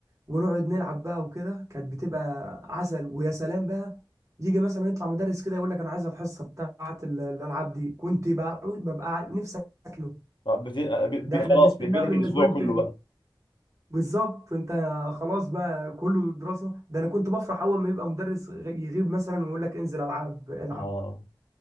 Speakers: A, on the right; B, on the left.
A: ونقعد نلعب بقى وكده كانت بتبقى عسل ويا سلام بقى يجي مثلا يطلع مدرس كده يقول لك انا عايز الحصة بتاعت ال- الالعاب دي كنت بقى ببقى عا- نفسي اكله
B: بت... ب...
A: ده
B: ب...
A: احنا
B: خلاص
A: بنستناه
B: بيقفلك
A: من
B: الاسبوع
A: الاسبوع التاني
B: كله بقى
A: بالظبط انت خلاص بقى كله دراسة ده انا كنت بفرح اول ما يبقى مدرس غ- يغيب مثلا ويقول لك انزل العب العب
B: اه